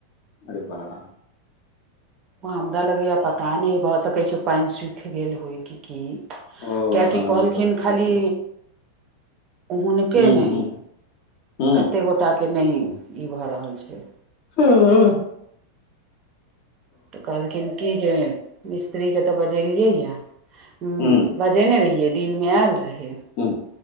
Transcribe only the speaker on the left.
अरे बाब
ओ ह
बात
तऽ छै
ह ह
ह
हूँ
ह
हूँ